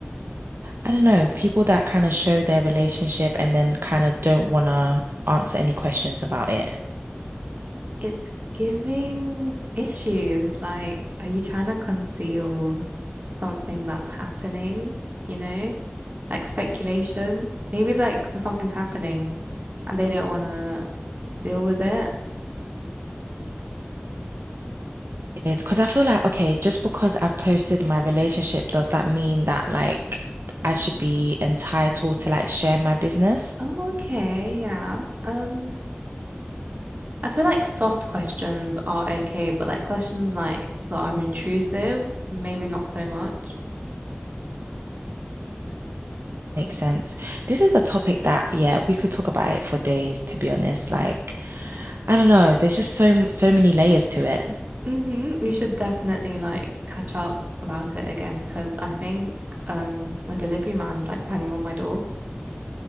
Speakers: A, on the right; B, on the right.
A: I don't know, people that kind of show their relationship and then kind of don't want to answer any questions about it.
B: It's giving issues. Like, are you trying to conceal something that's happening? You know, like speculation. Maybe like something's happening and they don't want to deal with it
A: It's because I feel like, okay, just because I've posted my relationship, does that mean that like I should be entitled to like share my business?
B: Oh, okay, yeah. Um, I feel like soft questions are okay, but like questions like that are intrusive, maybe not so much.
A: Makes sense. This is a topic that, yeah, we could talk about it for days, to be honest. Like, I don't know, there's just so so many layers to it.
B: Mm-hmm. We should definitely like catch up about it again because I think um my delivery man's like banging on my door.